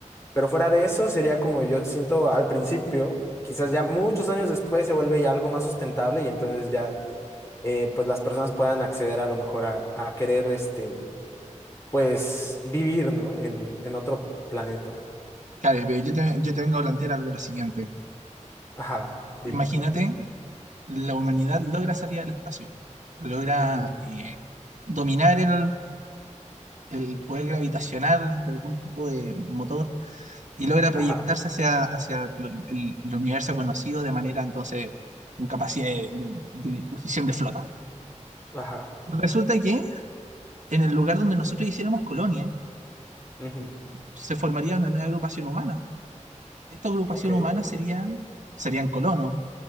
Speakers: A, on the left; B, on the right.
A: Pero fuera de eso, sería como yo siento al principio, quizás ya muchos años después se vuelve ya algo más sustentable y entonces ya eh, pues las personas puedan acceder a lo mejor a, a querer este, pues vivir, ¿no? En, en otro planeta.
B: Claro, pero yo te, yo te vengo a plantear algo lo siguiente.
A: Ajá, dime.
B: Imagínate la humanidad logra salir al espacio, logra
A: Ujú,
B: eh, dominar el, el poder gravitacional de algún tipo de motor y logra proyectarse
A: Ajá,
B: hacia, hacia el, el universo conocido de manera entonces con capacidad de, de- de disposición de flota.
A: ajá.
B: Resulta que en el lugar donde nosotros hiciéramos colonia,
A: ujú,
B: se formaría una nueva agrupación humana esta agrupación
A: Ok.
B: humana serían, serían colonos.